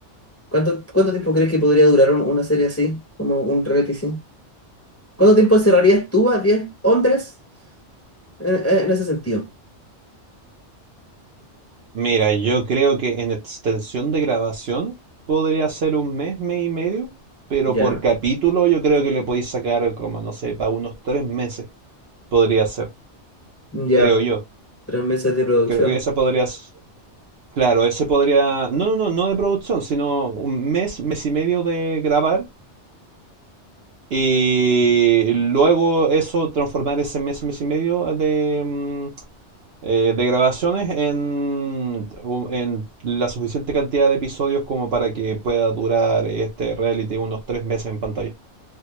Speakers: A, on the left; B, on the right.
A: ¿Cuánto, cuánto tiempo crees que podría durar un- una serie así, como un reality sí? ¿Cuánto tiempo encerrarías tú a 10 hombres en, en ese sentido?
B: Mira, yo creo que en extensión de grabación podría ser un mes, mes y medio, pero
A: Ya,
B: por capítulo yo creo que le podéis sacar como, no sé, para unos tres meses podría ser,
A: ya,
B: creo yo.
A: tres meses de producción.
B: Creo que esa podría, s- claro, ese podría, no, no, no no de producción, sino un mes, mes y medio de grabar Y luego eso, transformar ese mes, mes y medio de, mm, eh, de grabaciones en, u- en la suficiente cantidad de episodios como para que pueda durar este reality unos tres meses en pantalla.